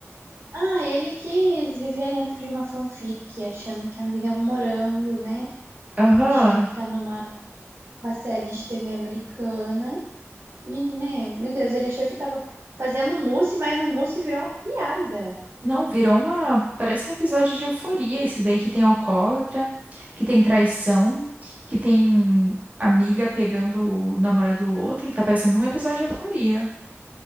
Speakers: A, on the right (about 75°); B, on the right (about 35°).
A: Ah, ele quis viver dentro de uma fanfic, achando que a vida é um morango, né?
B: Aham.
A: Achando que tá numa uma série de TV americana. E, né, meu Deus, ele achou que tava fazendo um mousse, mas o mousse virou uma piada.
B: Não, virou uma. Parece um episódio de euforia, isso daí que tem alcoólatra, que tem traição, que tem amiga pegando o namorado do outro. Tá parecendo um episódio de euforia.